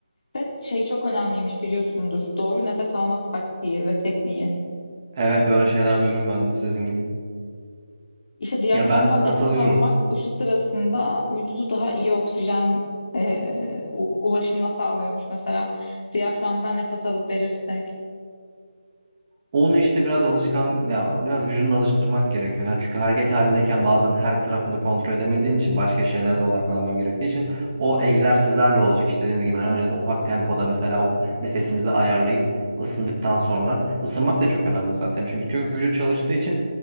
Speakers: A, on the left; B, on the right.
A: Ve şey çok önemliymiş biliyorsundur. Doğru nefes alma taktiği ve tekniği.
B: Evet öyle şeyler duydum ben de sizin gibi.
A: İşte diyaframdan
B: Ya ben katılıyorum.
A: nefes almak koşu sırasında vücudu daha iyi oksijen e, u- ulaşımına sağlıyormuş. Mesela diyaframdan nefes alıp verirsek.
B: Onu işte biraz alışkan ya biraz vücudunu alıştırmak gerekiyor. Yani çünkü hareket halindeyken bazen her tarafını kontrol edemediğin için başka şeylere de odaklanman gerektiği için o egzersizlerle olacak işte dediğiniz gibi. Hani önceden ufak tempoda mesela o nefesinizi ayarlayıp ısındıktan sonra ısınmak da çok önemli zaten. Çünkü tüm vücut çalıştığı için